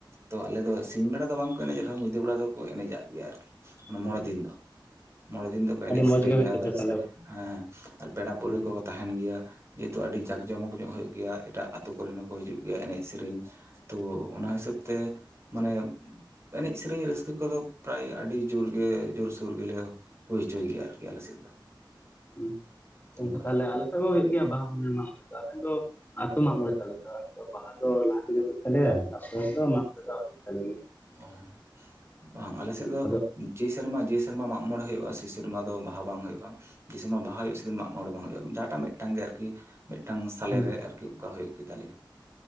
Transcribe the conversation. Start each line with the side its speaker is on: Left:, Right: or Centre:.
Right: ᱛᱚ ᱟᱞᱮ ᱫᱚ ᱥᱤᱧ ᱵᱮᱲᱟ ᱫᱚ ᱵᱟᱝ ᱮᱱᱮᱡ ᱨᱮᱦᱚᱸ ᱧᱤᱫᱟᱹ ᱵᱮᱲᱟ ᱫᱚᱠᱚ ᱮᱱᱮᱡᱟᱜ ᱜᱮᱭᱟ ᱟᱨᱠᱤ ᱚᱱᱮ ᱢᱟᱬᱮ
Left: ᱦᱮᱸ
Right: ᱫᱤᱱ ᱫᱚ ᱢᱚᱬᱮ ᱫᱤᱱ ᱫᱚ ᱠᱚ ᱮᱱᱮᱡ
Left: ᱟᱹᱰᱤ ᱢᱚᱸᱡᱽ
Right: ᱥᱮᱨᱮᱧᱟ
Left: ᱜᱮ ᱦᱩᱭᱩᱜ ᱛᱟᱯᱮᱭᱟ
Right: ᱨᱟᱹᱥᱠᱟᱹ
Left: ᱛᱟᱦᱚᱞᱮ
Right: ᱦᱮᱸ ᱟᱨ ᱯᱮᱲᱟ ᱯᱟᱹᱲᱦᱟᱹ
Left: ᱦᱮᱸ
Right: ᱠᱚ ᱛᱟᱦᱮᱱ ᱜᱮᱭᱟ ᱡᱮᱦᱮᱛᱩ ᱟᱹᱰᱤ ᱡᱟᱠ ᱡᱚᱢᱚᱠ ᱧᱚᱜ ᱦᱩᱭᱩᱜ ᱜᱮᱭᱟ ᱮᱴᱟᱜ ᱟᱹᱛᱩ ᱠᱚᱨᱮᱱ ᱦᱚᱸᱠᱚ ᱦᱤᱡᱩᱜ ᱜᱮᱭᱟᱹ ᱮᱱᱮᱡ ᱥᱮᱨᱮᱧ ᱛᱚ ᱚᱱᱟ ᱦᱤᱥᱟᱹᱵ ᱛᱮ ᱢᱟᱱᱮ ᱮᱱᱮᱡ ᱥᱮᱨᱮᱧ ᱨᱟᱹᱥᱠᱟᱹ ᱠᱚᱫᱚ ᱯᱨᱟᱭ ᱟᱹᱰᱤ ᱡᱳᱨ ᱜᱮ ᱡᱳᱨᱥᱳᱨ ᱜᱮᱞᱮ ᱦᱩᱭ ᱦᱚᱪᱚᱭ ᱜᱮᱭᱟ ᱟᱨᱠᱤ ᱟᱞᱮ ᱥᱮᱫ ᱫᱚ
Left: ᱦᱩᱸ ᱜᱚᱝᱠᱮ
Right: ᱚᱱᱠᱟ
Left: ᱛᱟᱦᱚᱞᱮ ᱟᱞᱮ ᱦᱩᱭᱩᱜ ᱜᱮᱭᱟ <unintelligible> ᱟᱛᱳ ᱢᱟᱜ ᱢᱚᱬᱮ ᱛᱟᱞᱮ ᱫᱚ ᱵᱟᱦᱟ ᱫᱚ ᱞᱟᱦᱟ ᱛᱮᱜᱮ ᱦᱩᱭᱩᱜ ᱛᱟᱞᱮᱭᱟ ᱛᱟᱯᱚᱨ ᱫᱚ <unintelligible> ᱫᱚ ᱦᱩᱭᱩᱜ ᱛᱟᱞᱮ ᱜᱮᱭᱟ
Right: ᱚ ᱵᱟᱝ ᱟᱞᱮ ᱥᱮᱫ ᱫᱚ
Left: ᱟᱫᱚ
Right: ᱡᱮ ᱥᱮᱨᱢᱟ ᱡᱮ ᱥᱮᱨᱢᱟ ᱢᱟᱜ ᱢᱚᱬᱮ ᱦᱩᱭᱩᱜᱼᱟ ᱥᱮ ᱥᱮᱨᱢᱟ ᱫᱚ ᱵᱟᱦᱟ ᱵᱟᱝ ᱦᱩᱭᱩᱜᱼᱟ ᱡᱮ ᱥᱮᱨᱢᱟ ᱵᱟᱦᱟ ᱦᱩᱭᱩᱜᱼᱟ <unintelligible> ᱢᱟᱜ ᱢᱚᱬᱮ ᱵᱟᱝ ᱦᱩᱭᱩᱜᱼᱟ ᱡᱟᱦᱟᱸᱴᱟᱜ ᱢᱤᱫᱴᱟᱝ ᱜᱮ ᱟᱨᱠᱤ ᱢᱤᱫᱴᱟᱝ ᱥᱟᱞᱮ
Left: ᱦᱮᱸ
Right: ᱨᱮ ᱟᱨᱠᱤ ᱚᱱᱠᱟ ᱦᱩᱭᱩᱜ ᱜᱮᱛᱟᱞᱮᱭᱟ